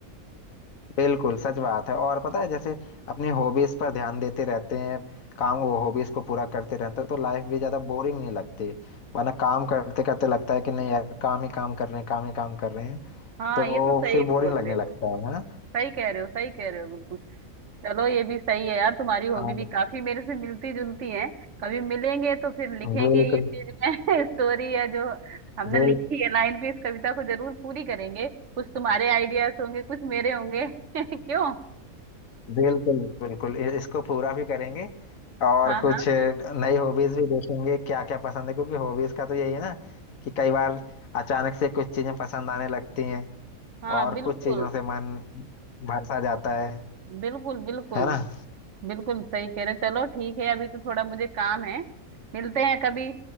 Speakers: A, on the left; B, on the right.
A: बिल्कुल सच बात है और पता है जैसे अपनी हॉबीज पर ध्यान देते रहते हैं काम वो हॉबीज को पूरा करते रहते हैं तो लाइफ भी ज्यादा बोरिंग नहीं लगती वरना काम करते करते लगता है कि नहीं यार काम ही काम कर रहे हैं काम ही काम कर रहे हैं
B: हाँ
A: तो
B: ये तो सही
A: फिर
B: बोल
A: बोरिंग लगने
B: रहे हो
A: लगता है है ना
B: सही कह रहे हो सही कह रहे हो बिल्कुल चलो ये भी सही है यार तुम्हारी हॉबी
A: हाँ,
B: भी काफी मेरे से मिलती जुलती है कभी मिलेंगे तो फिर लिखेंगे
A: बिल्कुल
B: ये चीज में <laughs> स्टोरी है जो हमने
A: बिल,
B: लिखी है लाइन पे इस कविता को जरूर पूरी करेंगे कुछ तुम्हारे आइडियाज होंगे कुछ मेरे होंगे <laughs> क्यों
A: बिल्कुल बिल्कुल इ- इसको पूरा भी करेंगे और
B: हाँ
A: कुछ
B: हाँ
A: नई हॉबीज भी देखेंगे क्या क्या पसंद है क्योंकि हॉबीज का तो यही है ना कि कई बार अचानक से कुछ चीजें पसंद आने लगती हैं
B: हाँ
A: और
B: बिल्कुल
A: कुछ चीजों से मन भर सा जाता है
B: बिल्कुल बिल्कुल
A: है ना
B: बिल्कुल सही कह रहे हो चलो ठीक है अभी तो थोड़ा मुझे काम है मिलते हैं कभी